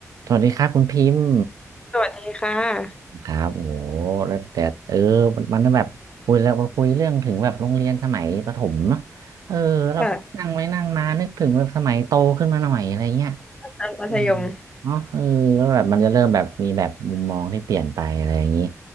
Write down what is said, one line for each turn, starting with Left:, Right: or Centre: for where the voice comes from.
Right: สวัสดีครับคุณพิมพ์
Left: สวัสดีค่ะ
Right: ครับโอ้โหแล้วแต่เออมันมันแบบคุยแล้วมาคุยเรื่องถึงแบบโรงเรียนสมัยประถมเนาะเออเรานั่งไว้นั่งมานึกถึงแบบสมัยโตขึ้นมาหน่อยอะไรเงี้ย
Left: ค่ะอันมัธยม
Right: อืมเนาะเออแล้วแบบมันจะเริ่มแบบมีแบบมุมมองที่เปลี่ยนไปอะไรอย่างนี้